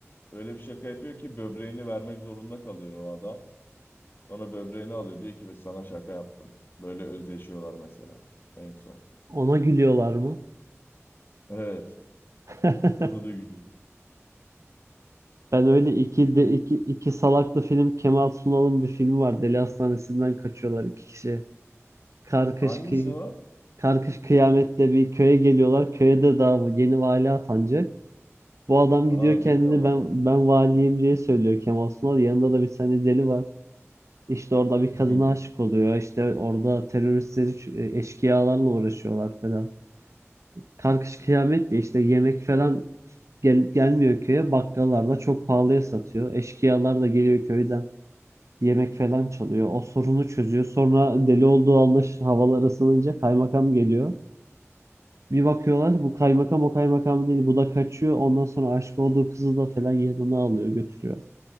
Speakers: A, on the left; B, on the right.
A: öyle bir şaka yapıyor ki böbreğini vermek zorunda kalıyor o adam. Sonra böbreğini alıyor diyor ki ben sana şaka yaptım. Böyle özdeşiyorlar mesela en son.
B: Ona gülüyorlar mı?
A: Evet.
B: <laughs>
A: <laughs> Orada gidiyor.
B: Ben öyle iki
A: Öyle-
B: de iki, iki salaklı film Kemal Sunal'ın bir filmi var. Deli Hastanesi'nden kaçıyorlar iki kişi. Karkış
A: Hangisi
B: kıy
A: o?
B: Karkış kıyamette bir köye geliyorlar. Köyde daha yeni vali atanacak. Bu adam gidiyor
A: Aa
B: kendini
A: bilmiyorum onu.
B: ben ben valiyim diye söylüyor Kemal Sunal. Yanında da bir tane deli var. İşte orada bir
A: <laughs>
B: kadına aşık oluyor. İşte orada teröristleri, ç- e, eşkıyalarla uğraşıyorlar falan. Karkış kıyamet diye işte yemek falan gel, gelmiyor köye. Bakkallar da çok pahalıya satıyor. Eşkıyalar da geliyor köyden yemek falan çalıyor. O sorunu çözüyor. Sonra deli olduğu anlaş havalar ısınınca kaymakam geliyor. Bir bakıyorlar bu kaymakam o kaymakam değil. Bu da kaçıyor. Ondan sonra aşık olduğu kızı da falan yanına alıyor götürüyor.